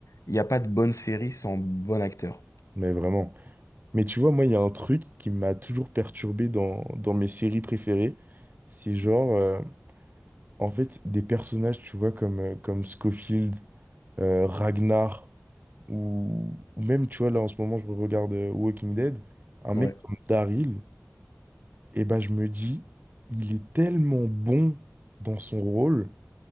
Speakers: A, on the left; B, on the right.
A: il n'y a pas de bonne série sans bon acteur.
B: Mais vraiment. Mais tu vois, moi, il y a un truc qui m'a toujours perturbé dans, dans mes séries préférées. C'est genre, euh, en fait, des personnages, tu vois, comme, euh, comme Scofield. euh, Ragnar, ou, ou même, tu vois, là en ce moment, je regarde euh, Walking Dead, un mec
A: Ouais,
B: comme Daryl, et ben je me dis, il est tellement bon dans son rôle